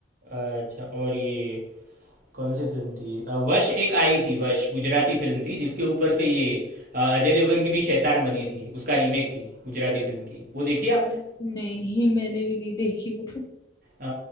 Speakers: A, on the right; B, on the left.
A: अच्छा और ये कौन सी फिल्म थी अ, वश एक आई थी वश गुजराती फिल्म थी जिसके ऊपर से ये अ, अजय देवगन की भी शैतान बनी थी उसका रीमेक थी गुजराती फिल्म की वो देखी है आपने
B: नहीं मैंने भी नहीं देखी वो
A: अ,